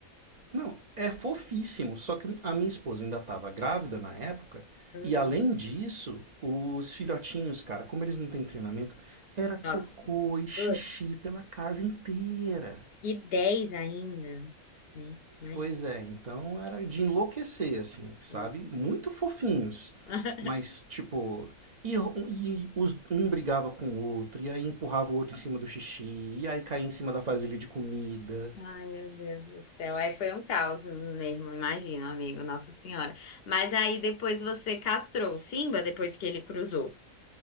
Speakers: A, on the right; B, on the left.
A: Não, é fofíssimo. Só que a minha esposa ainda estava grávida na época.
B: Hum,
A: E além disso, os filhotinhos, cara, como eles não têm treinamento, era cocô
B: Nossa.
A: e xixi
B: Putz.
A: pela casa inteira.
B: E 10 ainda, né? Imagina.
A: Pois é, então era de enlouquecer, assim, sabe?
B: imagina.
A: Muito fofinhos.
B: <laughs>
A: Mas, tipo, e, e os, um brigava com o outro, e aí empurrava o outro em cima do xixi, e aí caía em cima da vasilha de comida.
B: Ai, meu Deus do céu. Aí foi um caos mesmo, imagino, amigo, Nossa Senhora. Mas aí depois você castrou o Simba depois que ele cruzou.